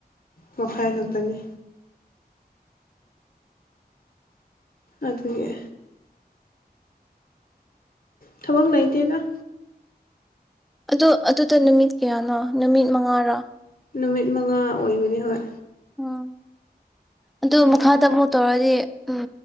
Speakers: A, on the left; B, in the centre.
A: ꯃꯈꯥꯏ ꯈꯛꯇꯅꯤ ꯑꯗꯨꯒꯤ ꯊꯕꯛ ꯂꯩꯇꯦꯗ
B: ꯑꯗꯣ ꯑꯗꯨꯗꯣ ꯅꯨꯃꯤꯠ ꯀꯌꯥꯅꯣ ꯅꯨꯃꯤꯠ ꯃꯉꯥꯔꯥ
A: ꯅꯨꯃꯤꯠ ꯃꯉꯥ ꯑꯣꯏꯕꯅꯤ ꯍꯣꯏ
B: ꯎꯝ ꯑꯗꯨ ꯃꯈꯥꯇ ꯑꯃꯨꯛ ꯇꯧꯔꯗꯤ ꯎꯝ